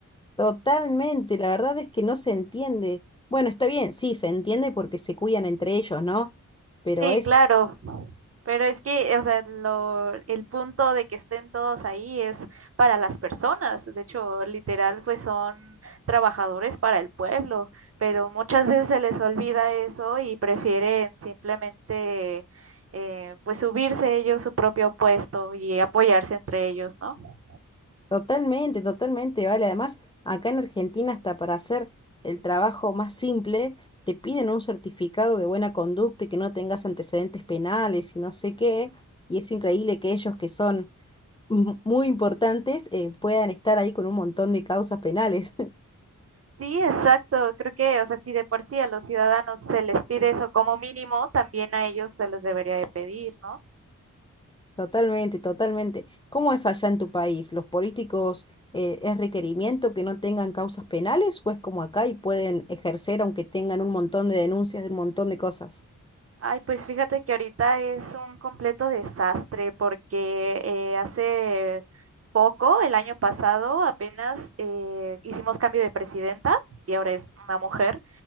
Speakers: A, on the left; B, on the right.
A: Totalmente, la verdad es que no se entiende. Bueno, está bien, sí, se entiende porque se cuidan entre ellos, ¿no? Pero
B: Sí,
A: es
B: claro. Pero es que, o sea, lo, el punto de que estén todos ahí es para las personas. De hecho, literal, pues son trabajadores para el pueblo, pero muchas <laughs> veces se les olvida eso y prefieren simplemente, eh, pues, subirse ellos su propio puesto y apoyarse entre ellos, ¿no?
A: totalmente, totalmente, vale. Además, acá en Argentina, hasta para hacer el trabajo más simple, te piden un certificado de buena conducta y que no tengas antecedentes penales y no sé qué. Y es increíble que ellos, que son <laughs> muy importantes, eh, puedan estar ahí con un montón de causas penales.
B: Sí, exacto. Creo que, o sea, si de por sí a los ciudadanos se les pide eso como mínimo, también a ellos se les debería de pedir, ¿no?
A: Totalmente, totalmente. ¿Cómo es allá en tu país? ¿Los políticos eh, es requerimiento que no tengan causas penales o es como acá y pueden ejercer aunque tengan un montón de denuncias de un montón de cosas?
B: Ay, pues fíjate que ahorita es un completo desastre porque eh, hace poco, el año pasado, apenas eh, hicimos cambio de presidenta y ahora es una mujer,